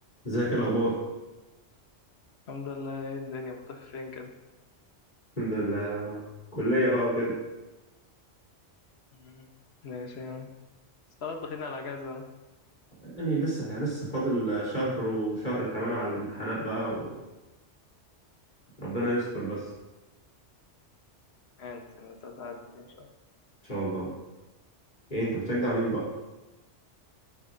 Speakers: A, on the left (about 40°); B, on the left (about 60°).
A: ازيك إيه الاخبار
B: الحمد لله ايه الدنيا مختفي فين كده
A: الحمد لله كلية بقى وكده
B: مم. ماشي يعني بس خلاص داخلين على اجازة أهو.
A: يعني لسه يعني لسه فاضل شهر وشهر كمان على الامتحانات بقى وربنا يستر بس ان
B: يعني السنة تعدي ان شاء الله
A: شاء الله ايه انت بتشجع مين بقى